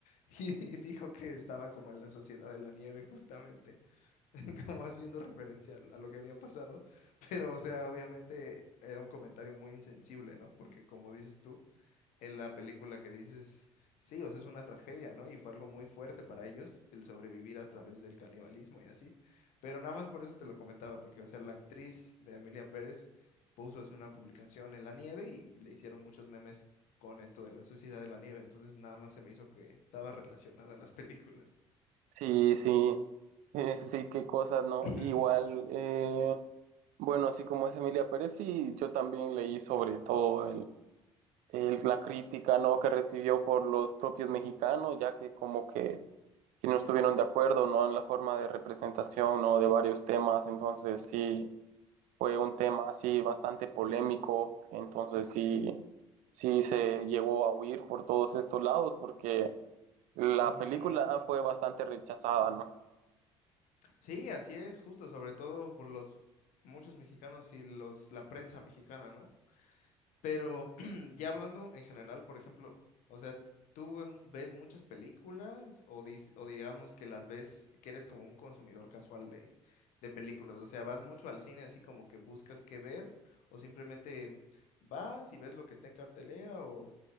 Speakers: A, on the left; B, on the right.
A: y y dijo que estaba como en la Sociedad de la Nieve justamente. <laughs> como haciendo referencia al- a lo que había pasado, pero o sea, obviamente era un comentario muy insensible, ¿no? Porque como dices tú, en la película que dices, sí, o sea, es una tragedia, ¿no? Y fue algo muy fuerte para ellos el sobrevivir a través del canibalismo y así. Pero nada más por eso te lo comentaba, porque, o sea, la actriz de Amelia Pérez puso así una publicación en la nieve y le hicieron muchos memes con esto de la sociedad de la nieve, entonces nada más se me hizo que estaba relacionada a las películas.
B: Sí, sí, <laughs> eh, sí, qué cosas, ¿no?
A: <laughs>
B: Igual, eh, bueno, así como es Emilia Pérez, sí, yo también leí sobre todo el el- la crítica no que recibió por los propios mexicanos, ya que como que, que no estuvieron de acuerdo, ¿no? En la forma de representación, ¿no? De varios temas, entonces sí, fue un tema así bastante polémico, entonces sí, sí se llegó a huir por todos estos lados porque la
A: Ujú.
B: película fue bastante rechazada, ¿no?
A: Sí, así es, justo, sobre todo por los muchos mexicanos y los la prensa mexicana, ¿no? Pero <clears throat> ya hablando en general, por ejemplo, o sea, ¿tú ve- ves muchas películas o, dis- o digamos que las ves, que eres como un consumidor casual de, de películas? O sea, ¿vas mucho al cine así como que buscas qué ver o simplemente vas y ves lo que está en cartelera o,